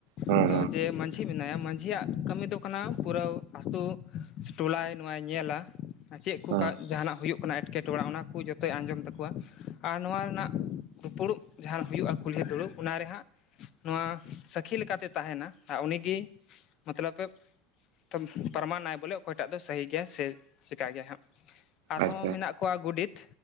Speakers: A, on the right; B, on the left.
A: ᱦᱩᱸ
B: ᱟᱫᱚ
A: ᱦᱩᱸ
B: ᱡᱮ ᱢᱟᱼᱼ ᱡᱷᱤ ᱢᱮᱱᱟᱭᱟ ᱢᱟᱹᱡᱷᱤᱭᱟᱜ ᱠᱟᱹᱢᱤ ᱫᱚ ᱠᱟᱱᱟ ᱯᱩᱨᱟᱹᱣ ᱟᱛᱳ ᱴᱚᱞᱟᱭ ᱱᱚᱣᱟᱭ ᱧᱮᱞᱟ ᱾ ᱪᱮᱫ ᱠᱚ
A: ᱦᱩᱸ
B: ᱡᱟᱦᱟᱱᱟᱜ ᱦᱩᱭᱩᱜ ᱠᱟᱱᱟ ᱮᱸᱴᱠᱮᱴᱚᱬᱮ ᱚᱱᱟ ᱠᱚ ᱡᱚᱛᱚᱭ ᱟᱸᱡᱚᱢ ᱛᱟᱠᱚᱣᱟ ᱟᱨ ᱱᱚᱣᱟ ᱨᱮᱱᱟᱜ ᱼᱼ ᱫᱩᱯᱲᱩᱵ ᱡᱟᱦᱟᱸ ᱦᱩᱭᱩᱜᱼᱟ ᱠᱩᱞᱦᱤ ᱫᱩᱲᱩᱵ, ᱚᱱᱟ ᱨᱮ ᱦᱟᱸᱜ ᱱᱚᱣᱟ ᱥᱟᱹᱠᱷᱤ ᱞᱮᱠᱟᱛᱮ ᱛᱟᱦᱮᱱᱟ ᱾ ᱟᱨ ᱩᱱᱤᱜᱤ ᱢᱚᱛᱞᱚᱵ ᱯᱮᱯ ᱼᱼ ᱯᱟᱨᱢᱟᱱᱟᱭ ᱵᱚᱞᱮ ᱚᱠᱚᱭᱴᱟᱜ ᱫᱚ ᱥᱟᱹᱦᱤ ᱜᱮᱭᱟ ᱥᱮ ᱪᱤᱠᱟᱹ ᱜᱮᱭᱟ ᱦᱟᱸᱜ ᱟᱨᱦᱚᱸ
A: ᱟᱪᱪᱷᱟ
B: ᱢᱮᱱᱟᱜ ᱼᱼ ᱠᱚᱣᱟᱜ ᱜᱩᱰᱤᱛ